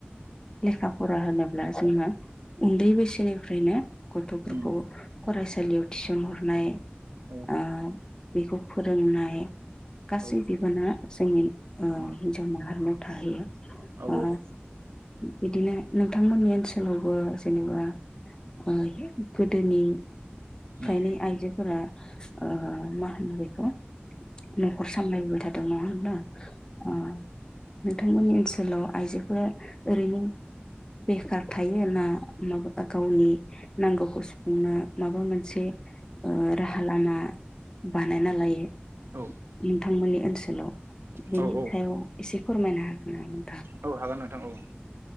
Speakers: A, on the left (about 20°); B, on the right (about 80°).
A: लेखा फरा होनो ब्ला जोंहा उन्दै बैसोनिफ्रायनो गथफोरखौ
B: उम
A: फरायसा सालियाव थिसन हरनाय
B: औ
A: ओ बेखौ फोरोंनाय गासै
B: औ
A: बिबाना जोंनि
B: उम
A: ओ हिनजाव माहारिनाव थाहैयो।
B: औ
A: ओ
B: औ
A: बिदिनो नोंथांमोननि ओन्सोलावबो जेनेबा ओ गोदोनि
B: उम
A: फायनै आइजोफोरा ओ मा होनो बेखौ नखर सामलायबोबाइ थादों नङा होनब्ला? ओ नोंथांमोननि ओन्सोलाव आइजो फोरा ओरैनो बेखार थायो ना नखर बा गावनि नांगौ खौ सु बुंनो माबा मोनसे ओ राहा लामा बानायना लायो
B: औ
A: नोंथां मोननि ओनसोलाव बेनि
B: औ
A: सायाव एसे फोरमायनो उम
B: औ हागोन नोंथां औ